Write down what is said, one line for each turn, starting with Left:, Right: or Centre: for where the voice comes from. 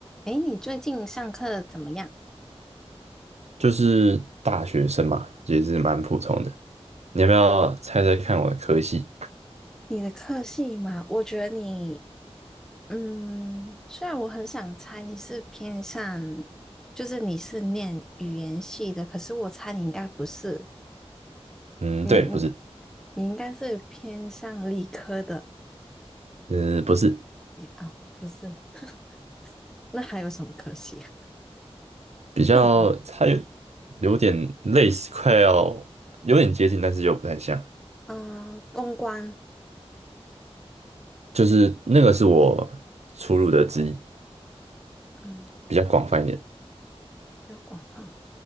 Centre: 诶，你最近上课怎么样？
Right: 就是大学生嘛，也是蛮普通的。你要不要猜猜看我的科系？
Centre: 你的科系嘛，我觉得你，嗯，虽然我很想猜你是偏向，就是你是念语言系的，可是我猜你应该不是，
Right: 嗯，
Centre: 你
Right: 对，不是，
Centre: 你应该是偏向理科的
Right: 呃，不是，
Centre: 啊，不是？<laughs> 那还有什么科系啊
Right: 比较它有
Centre: 电影，
Right: 有点类似，快要有点接近，但是又不太像。
Centre: <laughs> 嗯、公关，
Right: 就是那个是我出入的之一，
Centre: 嗯，
Right: 比较广泛一点。
Centre: 比较广泛，